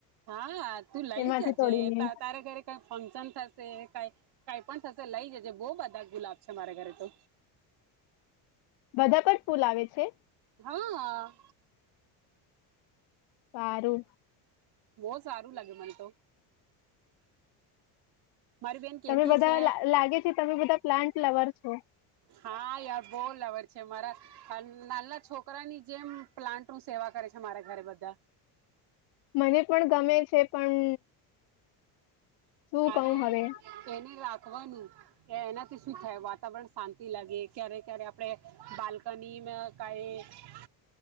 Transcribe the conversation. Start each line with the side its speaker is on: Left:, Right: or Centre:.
Right: હા તું લઈ
Left: એમાંથી
Right: જજે
Left: તોડીને
Right: તારા ઘરે કઈ ફંક્શન થશે કઈ કઈ પણ થશે લઈ જજે બહ બધા ગુલાબ છે મારે ઘરે તો
Left: બધા પર પુલ આવે છે
Right: હા
Left: બારું
Right: બહ સારું લાગે મન તો મારી બેન
Left: તમે
Right: કેતી
Left: બધા
Right: છે
Left: લાગે છે તમે બધા પ્લાન્ટ લવર છો
Right: હા યાર બોલ વર મારા નાના છોકરાની જેમ પ્લાન્ટ નું સેવા કરે છે મારા ઘરે બધા
Left: મને પણ ગમે છે પણ શું
Right: અરે
Left: કહું હવે
Right: એને રાખવાનું એના <inaudible> થાય વાતાવરણ શાંતિ લાગે ક્યારે ક્યારે આપણે બાલ્કની કઈ